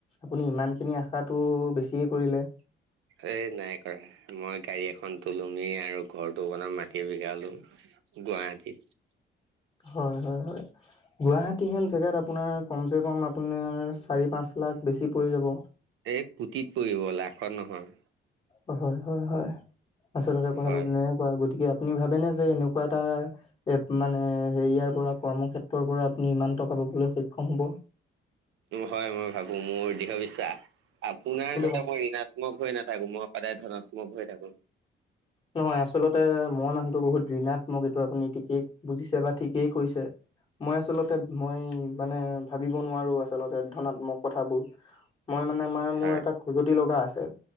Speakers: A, on the left; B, on the right.
A: আপুনি ইমান খিনি আশাটো বেছিয়ে কৰিলে
B: এ নাই কৰা মই গাড়ী এখনটো লমেই আৰু ঘৰটো বনম মাট টি এবিঘা লম গুৱাহাটীত।
A: হয়- হয়- হয় গুৱাহাটী হেন জেগাত আপোনাক কমচে কম আপোনাৰ চাৰি, পাঁচ লাখ বেছি পৰি যাব।
B: এই কোঁটিত পৰিব লাখত নহয়।
A: অহ, হয়-হয়-হয় আচলতে কথাটো
B: হয়
A: তেনেকে <unintelligible> গতিকে আপুনি ভাবেনে যে এনেকুৱা এটা এ মানে হেৰিয়াৰ পৰা কৰ্মক্ষেত্ৰৰ পৰা আপুনি ইমান টকা পাবলৈ সক্ষম হ'ব?
B: হয় মই ভাবো মোৰ দৃঢ় বিশ্বাস আপোনাৰ
A: কিন্তু
B: গতে মই ৰিণাত মক ধৰি নাথাকো মই সদায় ধৰক মক হৈ থাকো
A: নহয় আচলতে মই মানুহটো বহুত ঋণাত্মক এইটো আপুনি ঠিকেই বুজিছে বা ঠিকেই কৈছে মই আচলতে মই মানে ভাবিব নোৱাৰো আচলতে ধনাত্মক কথাবোৰ। মই মানে মাৰ মোৰ
B: হয়
A: এটা খজুৱতি লগা আছে